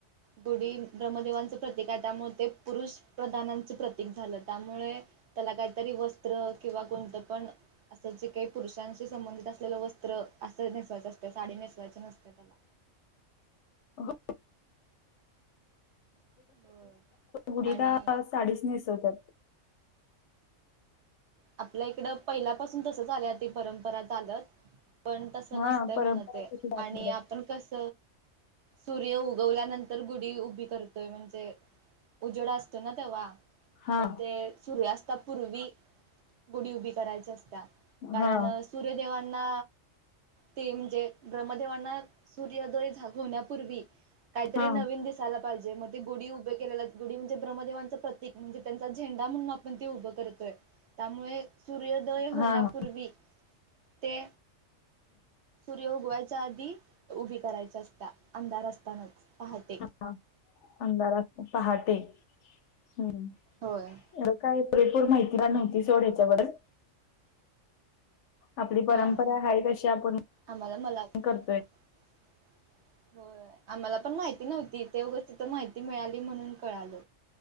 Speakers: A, on the right; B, on the left.
A: गुढी ब्र देवांच प्रतीक आहे त्यामुळे ते पुरूष प्रधानांचं प्रतीक झालं, त्यामुळे त्याला काहीतरी वस्त्र किंवा कोणत पण अस जे काही पुरुषांशी संबंधित असलेल वस्त्र असं नेसवायच असत साडी नेसायची नसते त्याला
B: हो
A: होय
B: गुढीदासऽ
A: आणि
B: <unintelligible> साडीच नेसवतात
A: आपल्या इकड पहिल्यापासुन तस आल्या ती परंपरा चालत पण तस नसतय
B: हा परंपरा
A: म्हण ते
B: कशी आपल्याकडे
A: आणि आपण कस सुर्य उगवल्यानंतर गुढी उभी करत तोय म्हणजे उजेड असतो ना तेव्हा
B: हा
A: मग ते सुर्यास्ता पुर्वी गुढी उभी करायच असत्या कारण
B: हा
A: सुर्यदेवांना ते म्हणजे ब्रह्मदेवांना सुर्योदय झाग होन्या पुर्वी काही तरी
B: हा
A: नवीन दिसायला पाहिजे मग ते गुढी उभे केलेला गुढी म्हणजे ब्रमदेवांच प्रतीक म्हणजे त्यांचा झेंडा म्हणुन पण ते उभ करतोय त्यामुळे सुर्योदय होण्यापुर्वी
B: हा हा
A: ते सुर्य उगवायच्या आधी उभी करायची असत्या अंधार असतानाच पहाटे
B: हं अंंधारात पहाटे हम्म
A: होय
B: एवढी काय पुरेपुर माहिती नव्हती सोड ह्याच्या बद्दल आपली परंपरा
A: हा
B: आहे तशी आपण
A: आम्हाला मला
B: करतोय
A: <inaudible> होय आम्हाला पण माहिती नव्हती ते उगच तिथुन माहिती मिळाली म्हणुन कळाल